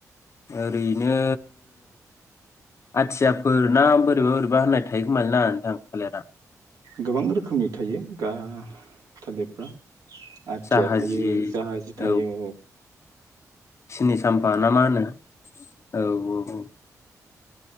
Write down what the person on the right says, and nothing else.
गोबां रोखोमनि थायो गा थालिरफ्रा। आथिया
थायो जाहाजि थायो।